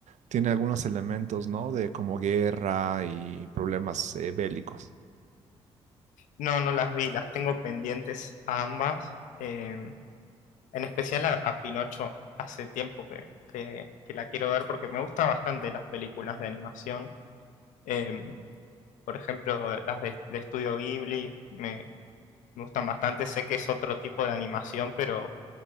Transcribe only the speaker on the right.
tiene algunos elementos, ¿no? De como guerra y problemas eh, bélicos.